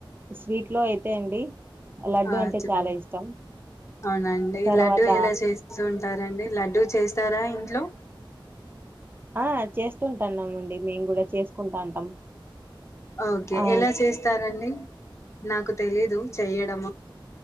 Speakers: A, on the right; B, on the left.
A: స్వీట్ లో అయితే అండి లడ్డు
B: ఆచ్చపో
A: అంటే చాలా ఇష్టం
B: అవునండి
A: తర్వాత
B: లడ్డూ ఎలా చేస్తు ఉంటారు రండి లడ్డూ చేస్తారా ఇంట్లో
A: ఆ చేస్తుంటాన్నామండి మేము కూడా చేసుకుంటా అంటాం
B: ఓకే
A: ఆ
B: ఎలా చేస్తారంండి నాకు తెలియదు చేయడం